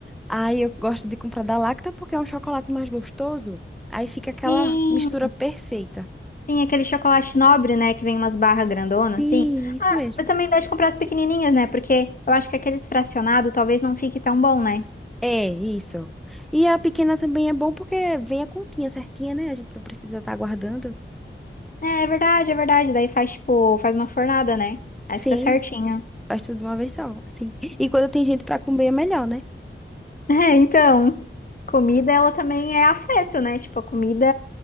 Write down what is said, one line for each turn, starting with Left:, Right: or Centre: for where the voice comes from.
Centre: Aí eu gosto de comprar da Lacta porque é um chocolate mais gostoso. Aí fica aquela
Left: Sim,
Centre: mistura perfeita.
Left: sim, aquele chocolate nobre, né, que vem umas barras grandonas,
Centre: Sim,
Left: assim.
Centre: isso mesmo.
Left: Eu também gosto de comprar as pequenininhas, né? Porque eu acho que aqueles fracionados talvez não fique tão bom, né?
Centre: É, isso. E a pequena também é bom porque vem a continha certinha, né? A gente não precisa estar guardando.
Left: É, é verdade, é verdade. Daí faz, tipo, faz uma fornada, né? Aí
Centre: Sim,
Left: fica certinho. <laughs>
Centre: faz tudo de uma vez só, assim. E quando tem gente pra comer é melhor, né?
Left: É, então, comida, ela também é afeto, né? Tipo, a comida